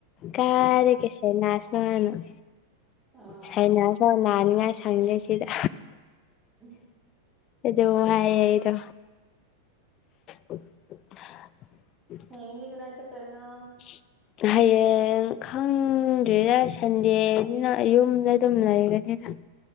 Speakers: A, on the left; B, on the right.
A: ꯀꯥꯔꯤꯒꯤ ꯁꯥꯏꯅꯥꯥꯁꯅꯣ ꯍꯥꯏꯅ
B: ꯑꯥ
A: ꯁꯥꯏꯅꯥꯁꯨ ꯅꯥꯅꯤꯉꯥꯏ ꯁꯪꯗꯦ ꯁꯤꯗ
B: ꯑꯗꯨ <unintelligible>
A: ꯑꯗꯨꯕꯨ ꯍꯥꯏꯌꯦ ꯑꯩꯗꯨ ꯎ <unintelligible>
B: ꯍꯌꯦꯡꯗꯤ ꯀꯗꯥꯏ ꯆꯠꯇꯣꯏꯅꯣ
A: ꯎꯝ <unintelligible> ꯍꯌꯦꯡ ꯈꯪꯗ꯭ꯔꯤꯗ ꯁꯟꯗꯦꯅꯤꯅ ꯌꯨꯝꯗ ꯑꯗꯨꯝ ꯂꯩꯔꯒꯦꯗ